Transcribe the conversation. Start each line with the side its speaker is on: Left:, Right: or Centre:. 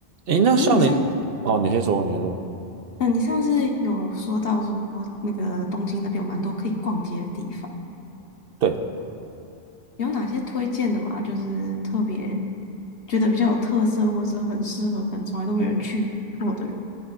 Right: 诶，那像你，
Left: 诶，你上，
Right: 哦，你先说，你先说。
Left: 嗯、你上次有说到说那个东京那边有蛮多可以逛街的地方，
Right: 对，
Left: 有哪些推荐的嘛？就是特别觉得比较有特色，或者很适合，可能从来都没有人去过的，